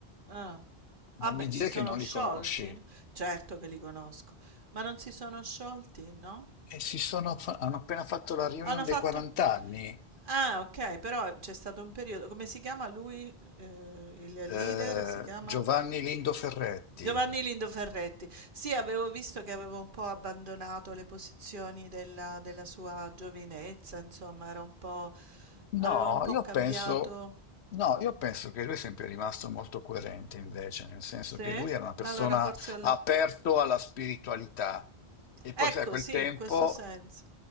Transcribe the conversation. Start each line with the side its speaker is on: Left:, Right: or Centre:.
Right: Ah. Vabbè,
Left: Non mi dire
Right: si sono
Left: che non
Right: sciolti?
Left: li conosci.
Right: Certo che li conosco, ma non si sono sciolti, no?
Left: E si sono fa- hanno appena fatto la reunion
Right: Hanno
Left: dei
Right: fatto...
Left: 40 anni.
Right: Ah, ok, però c'è stato un periodo... Come si chiama lui? Eh, il
Left: Eh,
Right: leader si chiama?
Left: Giovanni Lindo Ferretti,
Right: Giovanni Lindo Ferretti. Sì, avevo visto che avevo un po' abbandonato le posizioni della, della sua giovinezza, insomma, era un po'...
Left: No,
Right: aveva un po'
Left: io
Right: cambiato.
Left: penso, no, io penso che lui è sempre rimasto molto coerente invece, nel senso
Right: Sì?
Left: che lui era una persona
Right: Ma Allora forse... ho l-
Left: aperto alla spiritualità e poi
Right: Ecco,
Left: sai, a quel
Right: sì,
Left: tempo
Right: in questo senso.